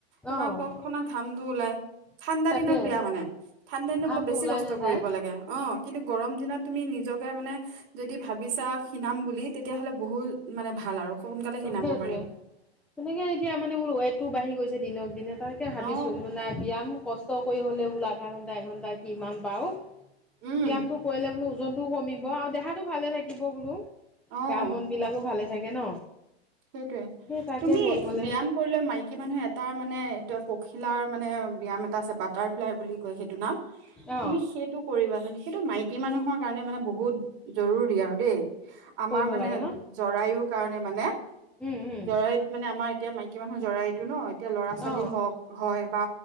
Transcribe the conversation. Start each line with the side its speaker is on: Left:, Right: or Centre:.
Centre: অ'
Right: তোমাৰ কক খনা ঘামটো ওলাই, ঠাণ্ডা
Centre: তাকে
Right: দিনত বেয়া মানে, ঠাণ্ডা দিনত
Centre: ঘামটো
Right: অলপ বেছি
Centre: ওলাই
Right: কষ্ট
Centre: নাযায়
Right: কৰিব লাগে অ' কিন্তু গৰম দিনত তুমি নিজকে মানে যদি ভাবিছা শিনাম বুলি তেতিয়াহ'লে বহুত মানে ভাল আৰু। সোনকালে খীণাব
Centre: তৌ সেইটোৱে,
Right: পাৰি
Centre: তেনেকে এতিয়া মানে বোলো ৱেটোও বাঢ়ি গৈছে দিনক দিনে তাৰ কে ভাবিছো
Right: অ
Centre: বোলো মই নাইক বিয়্যম কষ্ট কৰি হ'লেও বোলো আধা ঘণ্টা এঘণ্টা কিমান পাও।
Right: উম
Centre: ব্যয়ামটো কৰিলে বোলো ওজনতটোও কমিব আৰু দেহাতটো ভালে থাকিব বোলো,
Right: অ
Centre: গা-মন বিলাকো ভালে থাকে ন?
Right: সেটোৱে,
Centre: সেই তাকে
Right: তুমি
Centre: কৰিবলে
Right: ব্যায়াম কৰিলে মাইকী মানুহে এটা মানে এতুয়া পখিলাৰ মানে ব্যায়াম এটা আছে বাটাৰফ্লাই বুলি কয় সেইটো নাম
Centre: অ
Right: তুমি সেইটো কৰিবাচোন সেইটো মাইকী মানুহৰ কাৰণে মানে বহুত জৰুৰী আৰু দেই। আমাৰ
Centre: কৰিব
Right: মানে,
Centre: লাগে ন
Right: জৰায়ু কাৰণে মানে
Centre: উম উম
Right: জৰাইত মানে আমাৰ এতিয়া মাইকী মানুহ জৰাইটো ন এতিয়া ল'ৰা-ছোৱালী
Centre: অ
Right: হওক হয় বা,